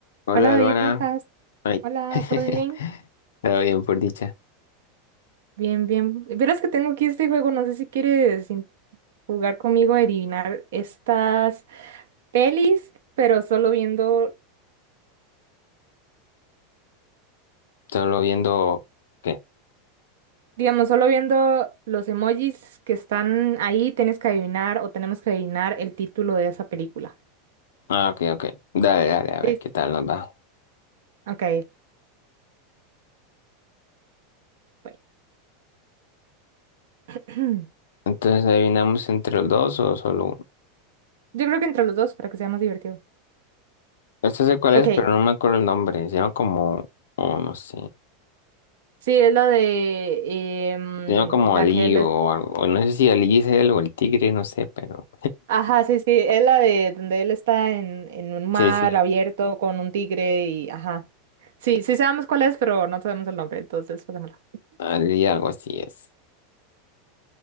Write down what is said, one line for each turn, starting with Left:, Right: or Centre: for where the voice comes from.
Left: Hola,
Right: Hola David,
Left: Luana.
Right: ¿cómo estás?
Left: Ay.
Right: Hola,
Left: <laughs>
Right: ¿todo bien?
Left: Todo bien, por dicha.
Right: Bien, bien. Verás que tengo aquí este juego, no sé si quieres in- jugar conmigo a adivinar estas pelis, pero solo viendo,
Left: Solo viendo... ¿Qué?
Right: digamos, solo viendo los emojis que están ahí, tienes que adivinar o tenemos que adivinar el título de esa película.
Left: Ah, ok, ok. Dale, dale, a
Right: Listo.
Left: ver qué tal nos va.
Right: Ok, bueno. <clears throat>
Left: Entonces, ¿adivinamos entre los dos o solo uno?
Right: Yo creo que entre los dos para que sea más divertido.
Left: Este sé cuál
Right: Ok,
Left: es, pero no me acuerdo el nombre. Se llama como... Oh, no sé.
Right: sí, es la de em,
Left: Se llama como
Right: la
Left: Ali
Right: que él
Left: o algo. o No sé si Ali es él o el tigre, no sé, pero...
Right: Ajá, sí, sí, es la de donde él está en, en un mar
Left: Sí, sí.
Right: abierto con un tigre y ajá. Sí, sí sabemos cuál es, pero no sabemos el nombre, entonces pasémosla.
Left: Ali algo así es.